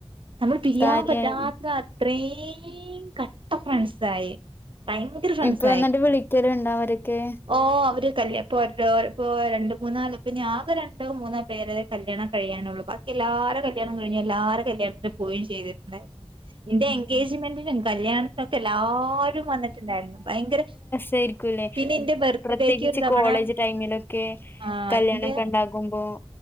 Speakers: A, on the right; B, on the left.
A: നമ്മൾ പിരിയാൻ
B: കാര്യായി
A: പറ്റാത്ത അത്രയും ക ട്ട ഫ്രണ്ട്സായി. ഫ്രണ്ട്സായി
B: ഇപ്പന്നിട്ട് വിളിക്കല് ഇണ്ടാ അവരൊക്കെ
A: ഓ അവര് കല്യാ ഇപ്പൊരോ ഈ രണ്ട് മൂന്നാള് പിന്ന ആക രണ്ടോ മൂന്നോ പേര് കല്യാണം കഴിയാനുള്ളൂ ബാക്കി എല്ലാവാര കല്യാണം കഴിഞ്ഞ് എല്ലാര കല്യാണത്തി പോയി ചെയ്തിക്ക്ണ്. ഉണ്ടായിരുന്നു ഇന്റെ എൻഗേജ്മെന്റിനും കല്യാണത്തിനൊക്കെ എല്ലാരും വന്നിട്ടുണ്ടായിരുന്നു ഭയങ്കര
B: തേര്ക്കുലെ
A: പിന്നെ എന്റെ ബർത്ത്ഡേക്ക്
B: പ്രത്യേകിച്ച്
A: ഒരു തവണ
B: കോളേജ് ടൈമിലൊക്കെ
A: ആ
B: കല്യാണക്കെ
A: എന്റെ
B: ഉണ്ടാകുമ്പോ